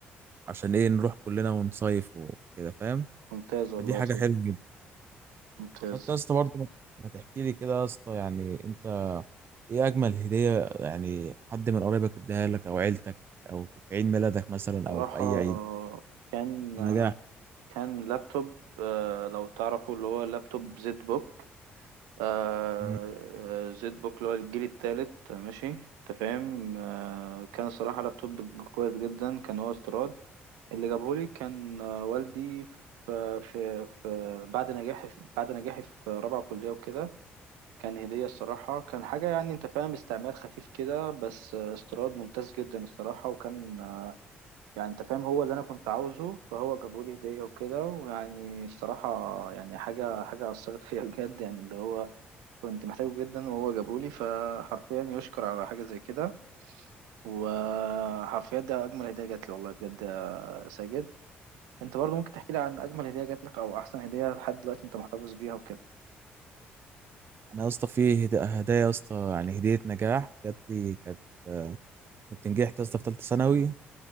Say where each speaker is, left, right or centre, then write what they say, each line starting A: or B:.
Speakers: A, on the right (about 40°); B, on the right (about 70°).
A: عشان ايه نروح كلنا ونصيف وكده فاهم
B: ممتاز والله
A: فدي حاجة
B: يا صديقي
A: حلوة جدا
B: ممتاز
A: حتى يا اسطى برضه ما ما تحكي لي كده يا اسطى يعني انت ايه اجمل هدية يعني حد من قرايبك اداها لك او عيلتك او في عيد ميلادك مثلا
B: صراحة
A: او في اي عيد
B: كان
A: نجاح
B: كان لابتوب آه، لو تعرفوا اللي هو لابتوب زد بوك آه
A: مم.
B: زد بوك اللي هو الجيل التالت ماشي انت فاهم آه كان صراحة لابتوب كويس جدا كان هو استيراد اللي جابهولي كان آه والدي في, في, في بعد نجاحي في بعد نجاحي في رابعة كلية وكده كان هدية الصراحة كان حاجة يعني انت فاهم استعمال خفيف كده بس آه، استيراد ممتاز جدا الصراحة وكان آه، يعني انت فاهم هو اللي انا كنت عاوزه فهو جابهولي هدية وكده ويعني الصراحة يعني حاجة حاجة أثرت فيا <laughs> بجد يعني اللي هو كنت محتاجه جدا وهو جابولي فحرفيا يشكر على حاجة زي كده وحرفيا ده أجمل هدية جات لي والله بجد يا ساجد أنت برضو ممكن تحكي لي عن أجمل هدية جات لك أو أحسن هدية لحد دلوقتي أنت محتفظ بيها وكده
A: انا يا اسطى في هدا- هدايا يا اسطى يعني هدية نجاح جات لي كانت آه، كنت نجحت يا اسطى في ثالثة ثانوي